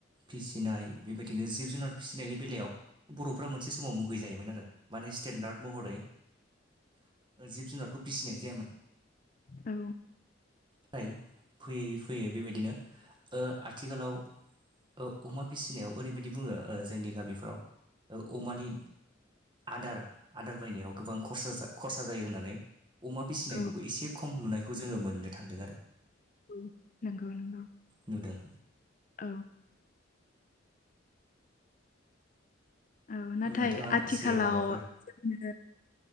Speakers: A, on the right; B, on the left.
A: फिसिनाय बेबायदिनो जिब जुनार फिसिनायनि बेलायाव बर'फ्रा मोनसे समाव मुगै जायोमोन आरो माने स्टेन्डार्द महरै जिब जुनारखौ फिसिनाय जायामोन
B: औ
A: फ्राय फैयै फैयै बेबायदिनो आथिखालाव औ अमा फिसिनायाव ओरैबायाददि बुङो जोंनि गामिफ्राव अमानि आदार आदार बायनायाव गोबां खरसा जा खरसा जायो होननानै अमा फिसिनायखौबो
B: औ
A: एसे खम नुनायखौ जोङो मोननो थांदों आरो
B: औ नंगौ नंगौ
A: नुदों
B: औ औ नाथाय
A: नोंथाङा
B: आथिखालाव
A: एसे माबाफोर
B: <unintelligible>